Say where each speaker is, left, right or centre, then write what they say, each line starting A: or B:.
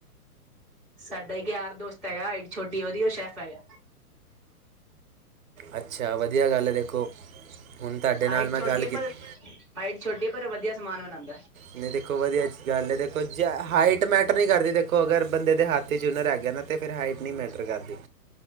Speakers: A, in the centre; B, on the right (about 60°).
A: ਸਾਡਾ ਇੱਕ ਯਾਰ ਦੋਸਤ ਹੈਗਾ ਐਡੀ ਛੋਟੀ ਉਹਦੀ ਉਹ ਸ਼ੈਫ ਹੈਗਾ
B: ਅੱਛਾ ਵਧੀਆ ਗੱਲ ਹੈ ਦੇਖੋ ਹੁਣ ਤੁਹਾਡੇ
A: ਹਾਈਟ
B: ਨਾਲ ਮੈਂ
A: ਛੋਟੀ
B: ਗੱਲ
A: ਹੈ
B: ਕੀਤੀ
A: ਪਰ ਹਾਈਟ ਛੋਟੀ ਹੈ ਪਰ ਵਧੀਆ ਸਮਾਨ ਬਣਾਉਂਦਾ
B: ਨਹੀਂ ਦੇਖੋ ਵਧੀਆ ਗੱਲ ਹੈ ਦੇਖੋ ਹਾਈਟ ਮੈਟਰ ਨਹੀਂ ਕਰਦੀ ਦੇਖੋ ਅਗਰ ਬੰਦੇ ਦੇ ਹੱਥ ਚੂੁਨਰ ਹੈਗੇ ਕਦਾ ਤੇ ਫਿਰ ਹਾਈਟ ਨਹੀਂ ਮੈਟਰ ਕਰਦੀ